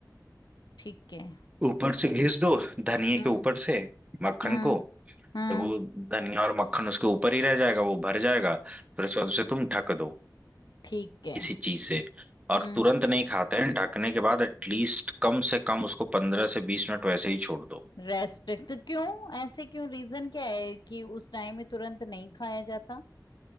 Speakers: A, on the left; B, on the right.
A: ठीक है
B: ऊपर से घिस दो धनिए
A: हम्म
B: के ऊपर से मक्खन
A: हम्म
B: को
A: हम्म
B: वो धनिया और मक्खन उसके ऊपर ही रह जाएगा वो भर जाएगा फिर उसके बाद उसे तुम ढक दो
A: ठीक है
B: किसी चीज से और
A: हम्म
B: तुरंत नहीं खाते हैं ढकने के बाद एटलीस्ट कम से कम उसको पंद्रह से बीस मिनट वैसे ही छोड़ दो
A: रेस्ट तो क्यों ऐसे क्यों रीजन क्या है कि उस टाइम में तुरंत नहीं खाया जाता